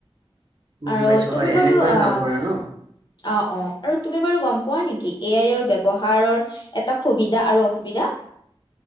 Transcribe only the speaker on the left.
আৰু
তুমি
বাৰু আ
অ অ আৰু তুমি বাৰু গম পোৱা নিকি এ আইৰ ব্যৱহাৰৰ এটা সুবিধা আৰু অসুবিধা।